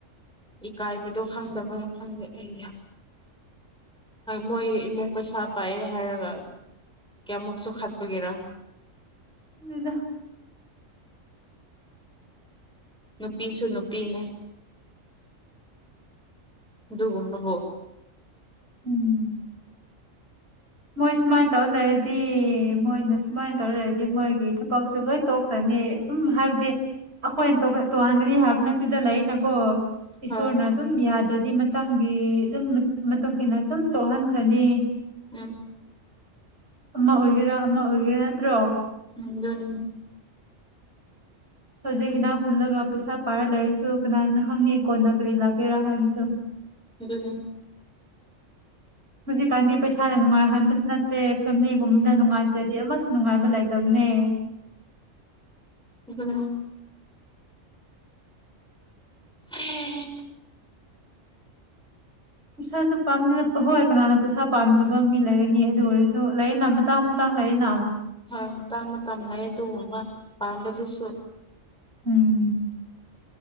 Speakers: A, in the centre; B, on the right.
A: ꯏꯀꯥꯏꯕꯗꯣ ꯈꯪꯗꯕꯅ ꯈꯪꯗꯦ ꯑꯩ ꯃꯣꯏ ꯏꯃꯨꯡ ꯄꯩꯁꯥ ꯄꯥꯏꯑꯦ ꯍꯥꯏꯔꯒ ꯀꯌꯥꯃꯨꯛꯁꯨ ꯈꯠꯄꯒꯦꯔ
B: ꯎꯗ
A: ꯅꯨꯄꯤꯁꯨ ꯅꯨꯄꯤꯅꯦ ꯑꯗꯨꯒꯨꯝꯕꯕꯨ
B: ꯎꯝ ꯃꯣꯏ ꯁꯨꯃꯥꯏꯅ ꯇꯧꯔ ꯂꯩꯔꯗꯤ ꯃꯣꯏꯅ ꯁꯨꯃꯥꯏꯅ ꯇꯧꯔ ꯂꯩꯔꯗꯤ ꯃꯣꯏꯒꯤ ꯊꯕꯛꯁꯦ ꯂꯣꯏ ꯇꯣꯛꯈ꯭ꯔꯅꯤ ꯁꯁꯨꯝ ꯍꯥꯏꯕꯗꯤ ꯑꯩꯈꯣꯏꯅ ꯇꯣꯡꯍꯟꯒꯅꯤ ꯍꯥꯏꯕ ꯅꯠꯇꯗ ꯂꯩꯅꯀꯣ ꯏꯁꯣꯔꯅ
A: ꯍꯣꯏ
B: ꯑꯗꯨꯝ ꯌꯥꯗ ꯑꯗꯨꯗꯤ ꯃꯇꯝꯒꯤ ꯑꯗꯨꯝ ꯃꯇꯨꯡ ꯏ ꯃꯇꯨꯡꯏꯟꯅ ꯑꯗꯨꯝ ꯇꯣꯛꯍꯟꯈ꯭ꯔꯅꯤ
A: ꯎꯝ
B: ꯑꯃ ꯑꯣꯏꯒꯦꯔꯥ ꯑꯃ ꯑꯣꯏꯒꯦꯔꯥ ꯅꯠꯇ꯭ꯔꯣ
A: ꯎꯝ ꯗꯣꯅꯤ
B: ꯐꯖꯤ ꯏꯅꯥ ꯍꯨꯟꯗꯒ ꯄꯤꯁꯁꯥ ꯄꯔ ꯂꯩꯁꯨ ꯀꯅꯥꯅ ꯍꯪꯅꯤꯀꯣ ꯅ ꯀꯔꯤ ꯂꯥꯛꯀꯦꯔꯥ ꯍꯥꯏꯕꯁꯨ
A: ꯎꯝ
B: ꯍꯧꯖꯤꯛꯀꯥꯟꯗꯤ ꯄꯩꯁꯥꯅ ꯅꯨꯡꯉꯥꯏꯍꯟꯕꯁꯨ ꯅꯠꯇꯦ ꯐꯦꯃꯤꯂꯤꯒꯨꯝꯕꯗ ꯅꯨꯡꯉꯥꯏꯇ꯭ꯔꯗꯤ ꯑꯃꯁꯨ ꯅꯨꯡꯉꯥꯏꯕ ꯂꯩꯇꯕꯅꯦ
A: ꯎꯝ ꯎꯝ
B: ꯄꯩꯁꯥꯁꯨ ꯄꯥꯝꯗꯗ ꯍꯣꯏ ꯀꯅꯥꯅ ꯄꯩꯁꯥ ꯄꯥꯝꯗꯕ ꯃꯤ ꯂꯩꯔꯅꯤ ꯑꯗꯨ ꯑꯣꯏꯔꯁꯨ ꯂꯩꯅ ꯃꯇꯥꯡ ꯃꯇꯥꯡ ꯂꯩꯌꯦꯅ
A: ꯍꯣꯏ ꯃꯇꯥꯡ ꯃꯇꯝ ꯂꯩ ꯑꯗꯨ ꯎ ꯑꯃ ꯄꯥꯝꯕꯗꯨꯁꯨ
B: ꯎꯝ